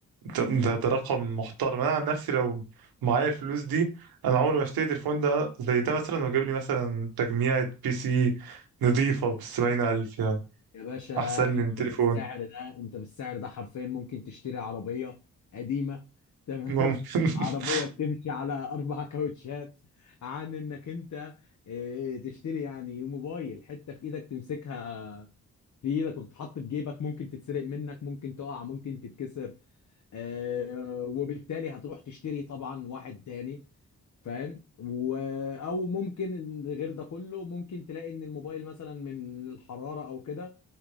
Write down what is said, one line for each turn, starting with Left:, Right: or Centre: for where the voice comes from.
Right: طب ده, ده رقم محترم أنا عن نفسي لو معايا الفلوس دي أنا عمري ما اشتري تليفون ده زي ده مثلا وأجيب لي مثلا تجميعة بي سي نضيفة بالسبعين ألف يعني.
Left: يا باشا
Right: احسن
Left: انت
Right: لي من التليفون
Left: بالسعر ده انت بالسعر ده حرفيا ممكن تشتري عربية قديمة تمام
Right: ممكن
Left: <laughs> عربية
Right: <laughs>
Left: بتمشي على أربع كاوتشات عن إنك أنت آه، تشتري يعني موبايل حتة في إيدك تمسكها بايدك وتتحط في جيبك ممكن تتسرق منك ممكن تقع ممكن تتكسر آه وبالتالي هتروح تشتري طبعا واحد تاني فاهم و... او ممكن إن غير ده كله ممكن تلاقي ان الموبايل مثلا من الحرارة او كده